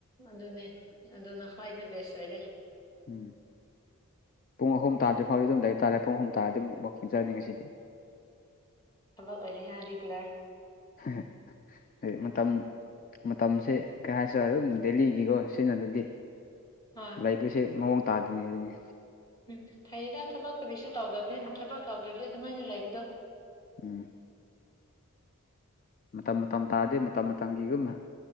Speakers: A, on the left; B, on the left.
A: ꯑꯗꯨꯅꯦ ꯑꯗꯨꯅ ꯈ꯭ꯋꯥꯏꯗ ꯕꯦꯁ ꯑꯣꯏꯔꯦ
B: ꯎꯝ ꯄꯨꯡ ꯑꯍꯨꯝ ꯇꯥꯔꯗ꯭ꯔꯤ ꯐꯥꯎꯗꯤ ꯑꯗꯨꯝ ꯂꯩꯕ ꯇꯥꯔꯦ ꯄꯨꯡ ꯑꯍꯨꯝ ꯇꯥꯔꯗꯤ ꯑꯗꯨꯝꯛꯡ ꯆꯅꯤꯡꯤꯁꯤꯗꯤ
A: ꯑꯣꯏꯔꯦꯦ ꯔꯔꯤꯒꯨꯂꯔ
B: ꯍ ꯍꯥꯏꯗꯤ ꯃꯇꯝ ꯃꯇꯝꯁꯦ ꯀꯩ ꯍꯥꯏꯁꯤꯔꯦ ꯑꯗꯨꯝ ꯗꯦꯜꯂꯤꯒꯤꯀꯣ ꯁꯤꯖꯤꯟꯅ ꯑꯗꯨꯗꯤ
A: ꯍꯣꯏ
B: ꯂꯩꯕꯁꯦ ꯃꯑꯣꯡ ꯇꯥꯗ꯭ꯣꯏꯅꯦ ꯑꯗꯨꯅꯤ
A: ꯎꯝ ꯐꯩꯌꯦꯗ ꯊꯕꯛꯇꯛꯇꯕꯤꯁꯨ ꯇꯧꯗꯕꯅꯤꯅ ꯊꯕꯛ ꯇꯧꯗ꯭ꯔꯗꯤ ꯑꯗꯨꯃꯥꯏꯅ ꯂꯩꯕꯗꯣ
B: ꯎꯝ ꯃꯇꯝ ꯃꯇꯝ ꯇꯥꯗꯤ ꯃꯇꯝ ꯃꯇꯝꯒꯤꯒꯨꯝꯅ